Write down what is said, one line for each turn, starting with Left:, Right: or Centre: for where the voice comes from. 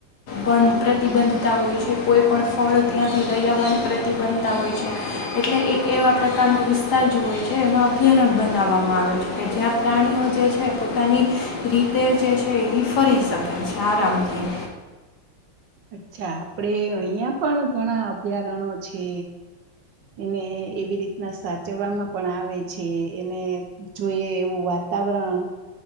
Left: બંધ પ્રતિબંધતા હોય છે કોઈ પણ ફળ ત્યાંથી લઈ આવ વાની પ્રતિબંધતા હોય છે એટલે એક એવા પ્રકારનો વિસ્તાર જે હોય છે એમાં અભયારણ્ય બનાવવામાં આવે છે કે જ્યાં પ્રાણીઓ જે છે પોતાની રીતે જે છે ફરી શકે છે આરામથી
Right: અચ્છા આપડે અહીંયા પણ ઘણા અભયારણો છે એને એવી રીતના સાચવવામાં પણ આવે છે એને જોઈએ એવું વાતાવરણ